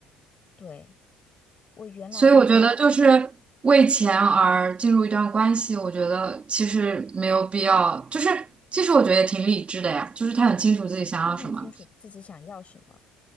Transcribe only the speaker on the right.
所以我觉得就是为钱而进入一段关系，我觉得其实没有必要，就是其实我觉得也挺理智的呀，就是他很清楚自己想要什么，